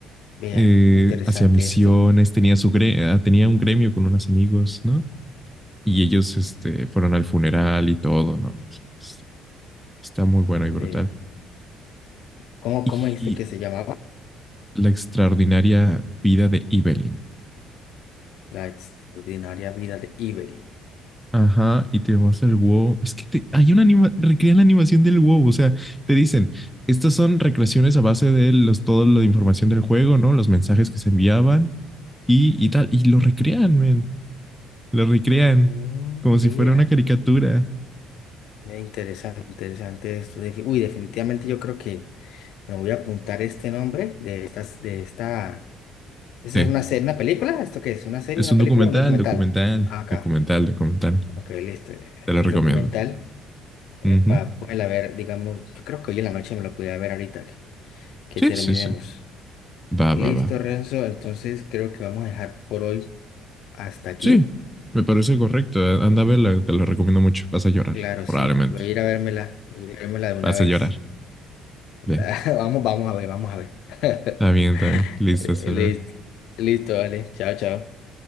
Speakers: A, on the left; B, in the centre.
A: Vea,
B: Eh,
A: interesante
B: hacía misiones,
A: esto.
B: tenía, su gre- ah, tenía un gremio con unos amigos, ¿no? Y ellos este, fueron al funeral y todo, ¿no? O sea, está, está muy bueno y
A: Vea.
B: brutal.
A: ¿Cómo,
B: Y
A: cómo dijiste que se llamaba?
B: la extraordinaria vida de Evelyn.
A: La extraordinaria vida de Evelyn.
B: Ajá, y te muestra el huevo. Es que te- hay una anima, recrean la animación del huevo. O sea, te dicen, estas son recreaciones a base de los, toda la información del juego, ¿no? Los mensajes que se enviaban y, y tal. Y lo recrean, men. Lo recrean
A: Mm,
B: como si
A: vea.
B: fuera una caricatura.
A: Eh, Interesante, interesante esto. Defi- Uy, definitivamente yo creo que me voy a apuntar este nombre de estas, de esta. ¿Esa
B: Sí,
A: es una serie, una película? ¿Esto qué es? ¿Una serie,
B: es
A: una
B: un
A: película
B: documental,
A: o un documental?
B: documental,
A: Ah, Acá.
B: documental, documental.
A: Ok, listo. eh,
B: Te lo
A: El
B: recomiendo.
A: documental,
B: Ujú.
A: para poderla ver, digamos, yo creo que hoy en la noche me lo podía ver ahorita que, que
B: Sí,
A: terminemos.
B: sí, sí. Va,
A: Listo,
B: va, va.
A: Renzo. Entonces creo que vamos a dejar por hoy hasta aquí.
B: Sí, me parece correcto. Anda a verla, te la recomiendo mucho. Vas a llorar,
A: Claro,
B: probablemente.
A: sí. Voy a ir a vérmela, voy a ir a vérmela de una
B: Vas
A: vez.
B: a llorar.
A: <laughs>
B: Ve,
A: vamos, vamos a ver, vamos a ver. <laughs>
B: está bien, está bien. Listo,
A: Eh,
B: hasta
A: li-
B: luego.
A: Listo, vale. Chao, chao.